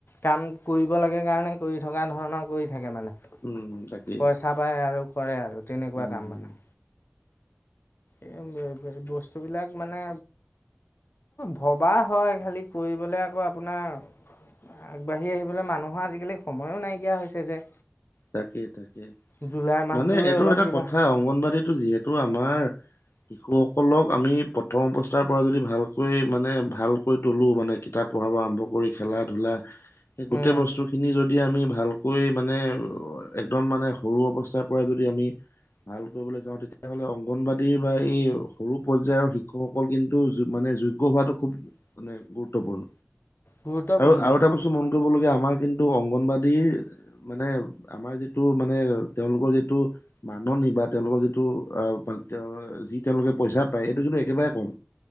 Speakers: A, on the left; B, on the left.
A: কাম কৰিব লাগে কাৰণে কৰি থকা ধৰণৰ কৰি থাকে মানে।
B: উম তাকেই
A: পইচা পায় আৰু কৰে আৰু তেনেকুৱা
B: উম
A: কাম
B: হম
A: মানে। এই বস্তুবিলাক মানে ভবা হয় খালী কৰিবলৈ আকৌ আপোনাৰ আগবাঢ়ি আহিবলৈ মানুহৰ আজিকালি সময়ো নাইকিয়া হৈছে যে।
B: তাকে তাকে
A: জুলাই মাহটোৱে
B: মানে এইটো
A: অলপ
B: এটা
A: কিবা
B: কথা অংগনবাদীতো যিহেতু এইটো আমাৰ শিশুসকলক আমি প্ৰথম অৱস্থাৰ পৰা যদি ভালকৈ মানে ভালকৈ তলো মানে কিতাপ পঢ়া আৰম্ভ কৰি খেলা ধূলা সেই গোটেই
A: উম
B: বস্তু খিনি যদি যদি আমি ভালকৈ মানে একদম মানে সৰু অৱস্থাৰ পৰা যদি আমি ভাল কৰিবলৈ চাওঁ তেতিয়া হ'লে অংগনবাদীৰ বা এই সৰু পৰ্যায়ৰ শিক্ষকসকল কিন্তু মানে যোগ্য হোৱাটো খুব মানে গুৰুত্বপূৰ্ণ।
A: গুৰুত্বপূৰ্ণটো
B: আৰু আৰু এটা বস্তু মন কৰিব লগীয়া আমাৰ কিন্তু অংগনবাদীৰ মানে আমাৰ যিটো মানে তেওঁলোকৰ যিটো মাননি বা তেওঁলোকৰ যিটো আহ তেওঁ যি তেওঁলোকে পইচা পায় এইটো কিন্তু একেবাৰে কম।